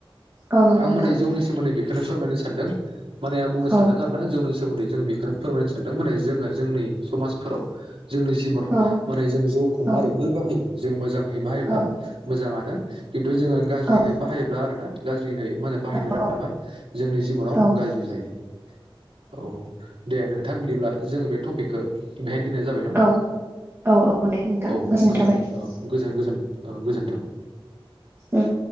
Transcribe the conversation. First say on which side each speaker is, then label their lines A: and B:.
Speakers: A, on the right; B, on the right.
A: औ नंगौ
B: आं
A: नोंथां
B: माने जौनि सोमोन्दै बे बेखौनो फोरमायनो सानदों। माने आ बुंनो
A: औ
B: सानदों आरो ना जौनि सोमोन्दै जों बेखौनो फोरमायनो सानदों माने जोङो जोंनि समाजफोराव जोंनि जिबनाव
A: औ
B: माने जों जौखौ मारैहै
A: औ
B: बाहायो जों मोजाङै बाहायोब्ला
A: औ
B: मोजाङानो। <inaudible> खिन्थु जोङो गाज्रियै
A: औ
B: बाहायोब्ला आरो ना <unintelligible> मा होनो बाहायनो
A: औ
B: रोङाबा जोंनि जिबनाव
A: औ
B: गाज्रि जायो। औ बे दे नोंथां बिदिब्ला जों बे टपिक खौ बेहाय नो दोननाय जाबाय न
A: औ औ औ दे नोंथां
B: औ
A: गोजोननाय
B: गोजोन
A: थाबाय
B: औ गोजोन गोजोन ओ गोजोन्थों।
A: ओम।